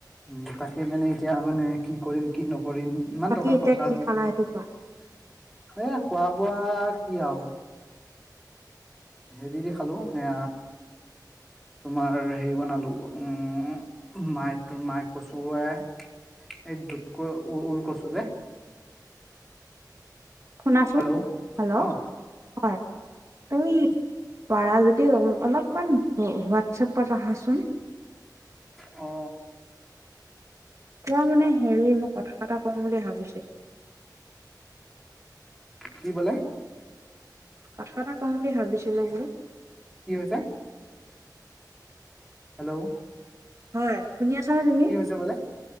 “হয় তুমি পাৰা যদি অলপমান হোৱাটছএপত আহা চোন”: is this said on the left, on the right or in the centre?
Right